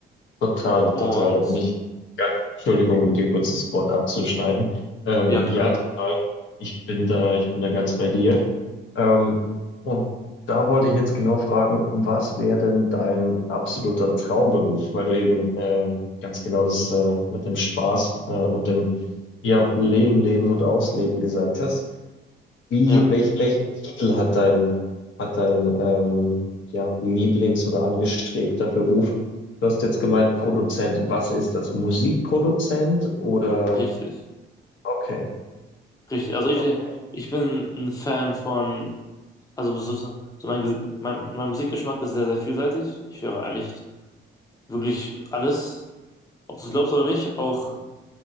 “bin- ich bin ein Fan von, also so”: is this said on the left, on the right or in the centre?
Left